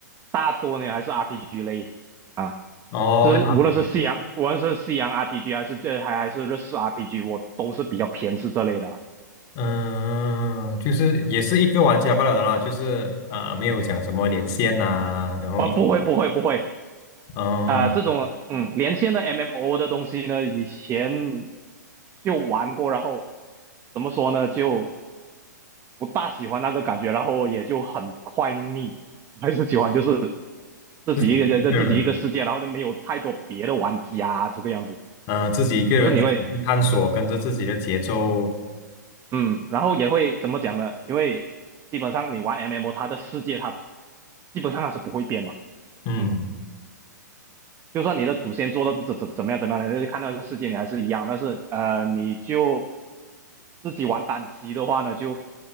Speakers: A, on the right; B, on the left.
A: 大多呢还是 RPG 类啊，
B: 哦，
A: 是无论是西洋，
B: 啊
A: 无论是西洋 RPG 还是这还还是日式 RPG，我都是比较偏是这类的啦。
B: 嗯，就是也是一个玩家罢了的啦，就是啊、呃没有讲什么连线呐、然后一起，
A: 啊，不会不会不会
B: 嗯、
A: 啊，这种嗯连线的 MMO 的东西呢，以前就玩过，然后怎么说呢就。不大喜欢那个感觉，然后也就很快腻。还是喜欢就是自己一个人在自己一个世界，
B: 自己一个人。
A: 然后就没有太多别的玩家这个样子。
B: 呃，自己一个人去探索，
A: 就是你会
B: 跟着自己的节奏，
A: 嗯，然后也会怎么讲呢？因为基本上你玩 MMO，它的世界它基本上它是不会变嘛。
B: 嗯
A: 嗯，就算你的祖先做到怎怎怎么样怎么样，你看到这个世界你还是一样，但是呃，你就自己玩单机的话呢，就